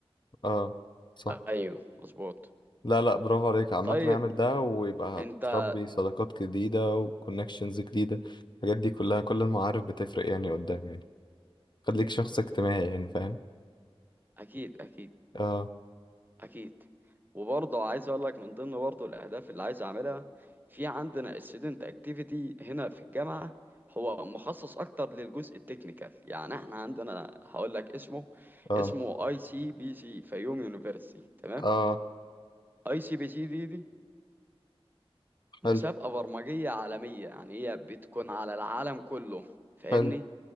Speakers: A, on the left; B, on the right.
A: أه صح
B: ايوه مظبوط
A: لا لا برافو عليك عامة
B: طيب
A: اعمل ده ويبقى
B: انت
A: هتربي صداقات جديدة وكونكشنز جديدة الحاجات دي كلها كل المعارف بتفرق يعني قدام يعني خليك شخص اجتماعي يعني فاهم
B: اكيد اكيد
A: اه
B: اكيد وبرضه عايز اقول لك من ضمن برضه الاهداف اللي عايز اعملها في عندنا student activity هنا في الجامعه هو مخصص اكتر للجزء التكنيكال يعني احنا عندنا هقول لك اسمه
A: اه
B: اسمه اي سي بي سي فيوم يونيفرسيتي تمام
A: اه
B: اي سي بي سي دي دي
A: حلو
B: مسابقه برمجيه عالميه يعني هي بتكون على العالم كله فاهمني
A: حلو